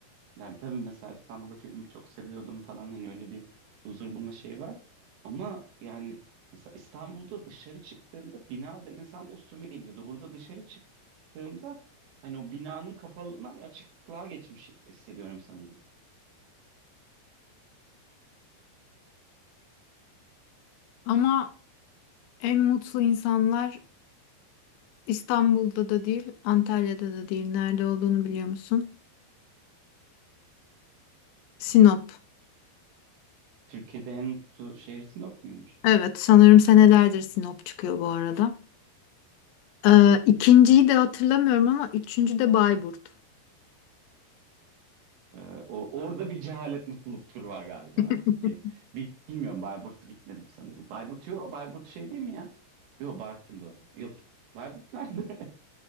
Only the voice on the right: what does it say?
yani tabii mesela İstanbul'daki evimi çok seviyordum falan hani öyle bir huzur bulma şeyi var. Ama yani mesela İstanbul'da dışarı çıktığımda binada insan da üstüme geliyordu. Burada dışarı çıktığımda hani o binanın kapalılığından bir açıklığa geçmiş hissediyorum sanırım.
Türkiye'de en mutlu şehir Sinop muymuş?
Ee, o, orada bir cehalet mutluluk turu var galiba
artık diye. Bil- Bilmiyorum Bayburt'a gitmedim sanırım. Bayburt yok. Bayburt şey değil mi ya? Yok Bartın'da o. Yok. Bayburt nerede?